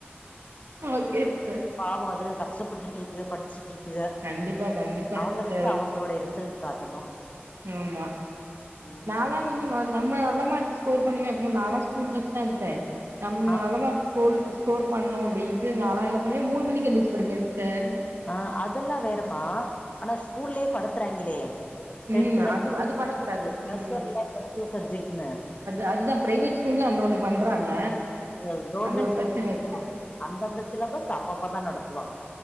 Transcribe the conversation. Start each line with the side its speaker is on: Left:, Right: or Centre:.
Right: ஓகே சிஸ்டர்
Left: பாவ அதுங்க கஷ்டப்பட்டுட்டு இருக்குக படிச்சுட்டு இருக்குக
Right: கண்டிப்பா கண்டிப்பா
Left: அவுங்களுக்கு
Right: சிஸ்டர்
Left: அவுங்களுடைய ரிசல்ட் காட்டணு
Right: ஆமா
Left: ம்
Right: நாளா வந்து ந நம்ம நல்ல மார்க் ஸ்கோர் பண்ணுவே அப்டின் நாளா ஸ்கூல் பஸ் தா எடுத்தே நம்ம
Left: ஆ
Right: நல்லதா ஸ்கோர் ஸ்கோர் பண்ணணும் அப்டின்ட்டு நால்லா என்ன பண்ணுவே மூண் மணிக்கு எந்திரச்சு படிப்பே இது சிஸ்டர்
Left: ஆ அதுல்லா வேறப்பா ஆனா ஸ்கூல்லயே படுத்துறாங்களே டென்த்ல்ல
Right: ம் அது அது பண்ணக்கூடாது
Left: பிளஸ்
Right: ம்
Left: ஒன்ல்ல பிளஸ் டூ சப்ஜெக்ட்ல்ல
Right: அது அதுதா பிரைவேட் ஸ்கூல் தா அந்த ஒண்ணு பண்றாங்க
Left: ஆ கவர்மெண்ட்
Right: அது ஒரு
Left: ஸ்
Right: பிரச்சன இருக்கு
Left: அந்தந்த சிலபஸ் அப்பப்பதா நடத்துவாங்க